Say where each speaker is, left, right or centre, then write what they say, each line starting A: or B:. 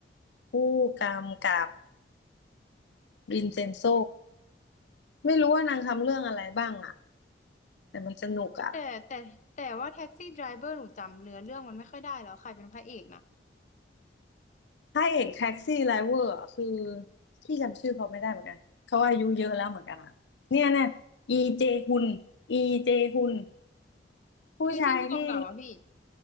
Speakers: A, on the left; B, on the left.
A: ผู้กำกับวินเซนโซ ไม่รู้ว่านางทำเรื่องอะไรบ้างอ่ะแต่มันสนุกอ่ะ
B: แต่แต่แต่ว่าแท็กซี่ไดรเวอร์หนูจำเนื้อเรื่องมันไม่ค่อยได้แล้วใครเป็นพระเอกนะ
A: พระเอกแท็กซี่ไดรเวอร์อะคือพี่จำชื่อเขาไม่ได้เหมือนกันเขาอายุเยอะแล้วเหมือนกันอะเนี่ยเนี่ยอีเจฮุนอีเจฮุนผู้ชายที่
B: คือชื่อผู้กำกับอะพี่